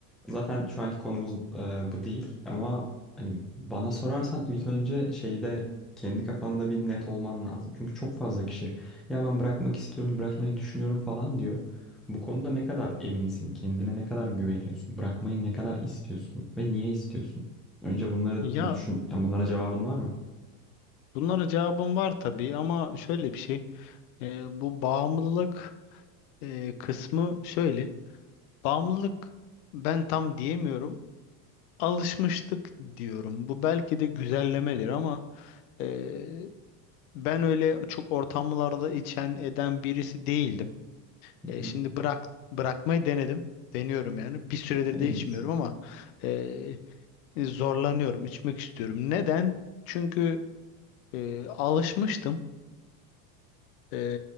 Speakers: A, in the centre; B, on the left.
A: Zaten şu anki konumuz e, bu değil ama hani bana sorarsan ilk önce şeyde kendi kafanda bir net olman lazım. Çünkü çok fazla kişi ya ben bırakmak istiyorum, bırakmayı düşünüyorum falan diyor. Bu konuda ne kadar eminsin, kendine ne kadar güveniyorsun, bırakmayı ne kadar istiyorsun ve niye istiyorsun? Önce bunları
B: Ya
A: düşün, yani bunlara cevabın var mı?
B: bunlara cevabım var tabii ama şöyle bir şey. E, bu bağımlılık e, kısmı şöyle. Bağımlılık ben tam diyemiyorum. Alışmışlık diyorum. Bu belki de güzellemedir ama e, ben öyle çok ortamlarda içen eden birisi değildim. E,
A: Hı,
B: şimdi bırak bırakmayı denedim. Deniyorum yani. Bir süredir
A: en
B: de içmiyorum
A: iyisi.
B: ama e, e, zorlanıyorum, içmek istiyorum. Neden? Çünkü e, alışmıştım. E,